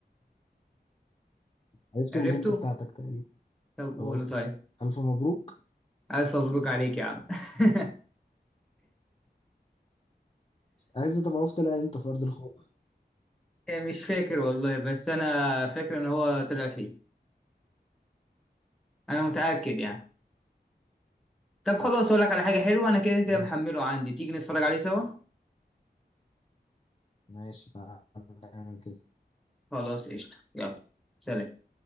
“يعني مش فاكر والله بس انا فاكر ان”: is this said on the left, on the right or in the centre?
Centre